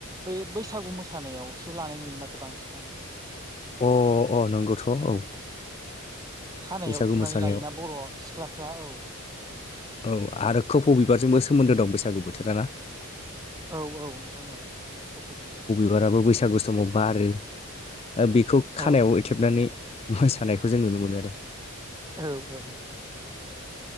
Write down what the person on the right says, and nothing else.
बे बैसागु मोसानायावसो लानाय नुयो माथो बांसिनानो।
खानायाव
थुनानै
लायोना बर' सिख्लाफ्रा औ।
औ-औ नोंथां औ खोफौ बिबार
औ
औ-औ